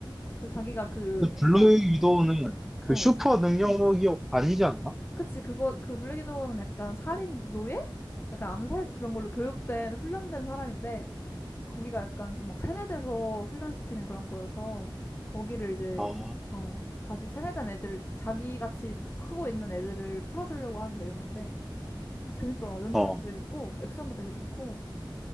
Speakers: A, on the left; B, in the centre.
A: 그 자기가 그
B: 근데 블랙
A: 약간
B: 위도우는 그
A: 어
B: 슈퍼 능력이 아니지 않나?
A: 그치, 그거, 그 블랙이도어는 약간 살인 노예? 약간 암살 그런 걸로 교육된, 훈련된 사람인데, 거기가 약간 좀 막 세뇌돼서 훈련시키는 그런 거여서, 거기를 이제,
B: 아,
A: 어, 다시 세뇌된 애들, 자기같이 크고 있는 애들을 풀어주려고 하는 내용인데, 어, 재밌더라. 연출도
B: 어,
A: 재밌고, 액션도 되게 좋고,